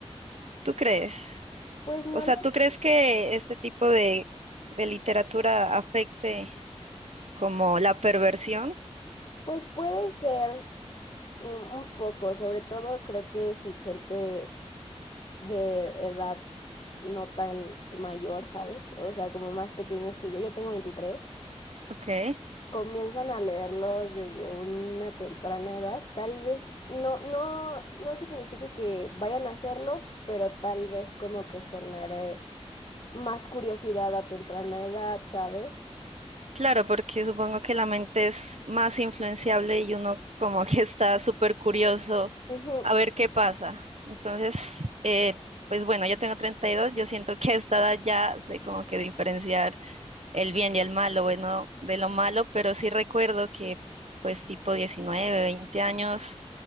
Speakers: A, on the right; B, on the left.
A: ¿Tú crees?
B: Pues no,
A: O sea,
B: lo-
A: ¿tú crees que este tipo de, de literatura afecte como la perversión?
B: pues puede ser, Un, un poco, sobre todo creo que si gente de edad no tan mayor, ¿sabes? O sea, como más pequeños que yo, yo tengo veintitrés
A: Ok.
B: comienzan a leerlos desde una temprana edad. Tal vez no, no, no signifique que vayan a hacerlo, pero tal vez como que genere más curiosidad a temprana edad, ¿sabes?
A: Claro, porque supongo que la mente es más influenciable y uno como <laughs> que está súper curioso
B: Ujú,
A: a ver qué pasa. Entonces, eh, pues bueno, yo tengo 32, yo siento que a esta edad ya sé como que diferenciar el bien y el mal, lo bueno de lo malo, pero sí recuerdo que pues tipo 19, 20 años,